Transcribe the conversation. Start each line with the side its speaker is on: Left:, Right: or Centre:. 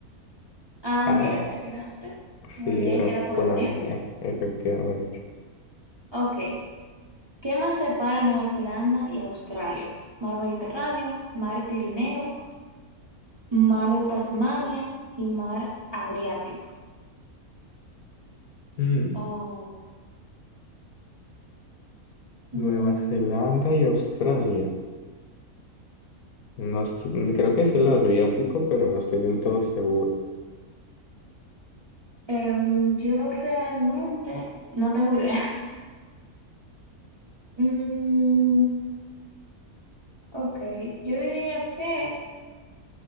Right: Ah,
Left: Ah,
Right: mira, le atinaste. Muy
Left: sí,
Right: bien,
Left: era
Right: era
Left: Polonia,
Right: Polonia.
Left: efectivamente.
Right: Ok. ¿Qué mar separa Nueva Zelanda y Australia? Mar Mediterráneo, Mar Tirineo, Mar de Tasmania y Mar Adriático.
Left: Mm,
Right: Oh, mm,
Left: Nueva Zelanda y Australia. No, est- creo que es el Adriático, pero no estoy del todo seguro.
Right: em, yo realmente no tengo idea. <laughs> Mm, ok, yo diría que,